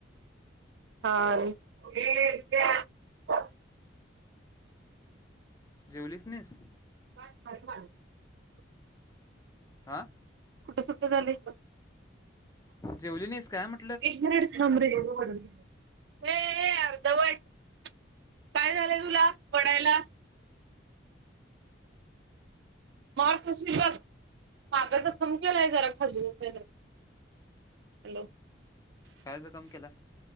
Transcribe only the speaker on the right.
हा.
<inaudible>
कुठ सुठं झालंय
एक मिनिट थांब रे बघू म्हणून ए अर्धवट काय झालंय तुला वडायला मार खाशील बग <inaudible> आहे जरा खजवून हॅलो